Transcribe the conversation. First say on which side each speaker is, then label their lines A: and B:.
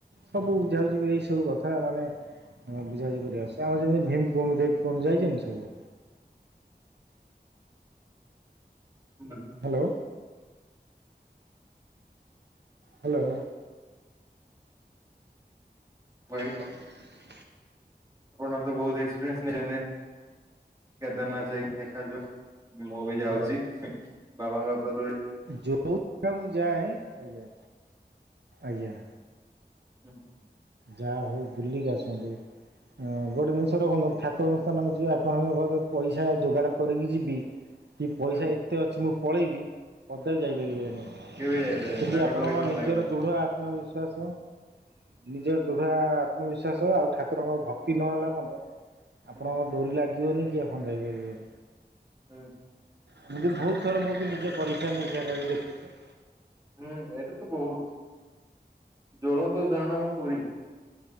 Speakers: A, on the right (about 80°); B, on the right (about 20°).
A: ସବୁ ବୁଝାଉଛି ଏଇ ସବୁ କଥା ମାନେ <inaudible> ହଁ ବୁଝାୁଝି କରିବା ଆ ଆମ ଯେମି ଭିମ କଉଠ କଉଠୁ <unintelligible> ଯାଇଛନ୍ତି ସବୁ
B: <inaudible>
A: ହ୍ୟାଲୋ। ହ୍ୟାଲୋ।
B: <inaudible>
A: <inaudible>
B: ଆପଣ ତ ବହୁତ ଏକ୍ସପିରିଏନ୍ସ ନେଇଛନ୍ତି। କେଦାରନାଥ ଯାଇକି ଦେଖାଯାଉ ମୁଁ ବି
A: ଆଜ୍ଞା
B: ଯାଉଛି ବାବାଙ୍କର ତ ଯୋ
A: ଯଉ ମୁଁ ଯାଏ ଆଜ୍ଞା ଆଜ୍ଞା
B: <inaudible>
A: ଯାହା ହଉ ବୁଲିକି ଆସନ୍ତୁ ହଁ ଗୋଟେ ଜିନିଷ ରଖନ୍ତୁ ଠାକୁରଙ୍କ ସ୍ଥାନକୁ ଯିବେ ଆପଣ ଘ ପଇସା ଯୋଗାଡ଼ କରିକି ଯିବି କି ପଇସା
B: ହୁଁ
A: ଏତେ ଅଛି ମୁଁ ପଳେଇବି ପଦରେ
B: ହୁଁ
A: ଯାଇପାରିବେନି
B: କେବେ ଯାଇପାରିବେନି
A: ଯଦି
B: ତାଙ୍କ
A: ଆପଣଙ୍କ
B: ଡୋରି ନ
A: ନିଜର
B: ଲାଗିଲା।
A: ଦୃଢ ଆତ୍ମବିଶ୍ଵାସ ନିଜର ଦୃଢ ଆତ୍ମବିଶ୍ୱାସ ଆଉ ଠାକୁରଙ୍କର ଭକ୍ତି ନହେଲା ପର୍ଯ୍ୟନ୍ତ
B: ହୁଁ
A: ଆପଣଙ୍କ ଡୋରି ଲାଗି <unintelligible> କିି ଆପଣ ଯାଇବେ ଯ
B: <unintelligible>
A: ଏମିତି ବହୁତ ଥର ମୁଁ ବି ନିଜେ ପରୀକ୍ଷା ନିରୀକ୍ଷା କରିିକ ଦେଖିଥିଲି।
B: ହୁଁ ଏଇଟା ତ ବହୁତ ଜୋଳନ୍ତୁଉଦହରଣ ମୁ ପୁରୀ